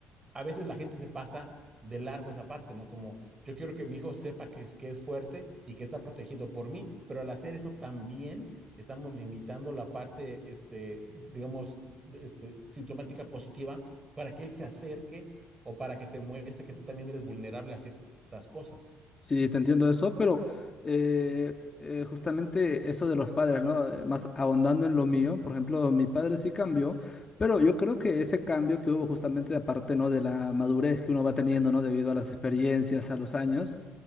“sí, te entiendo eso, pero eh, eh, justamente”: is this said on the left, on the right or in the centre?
Left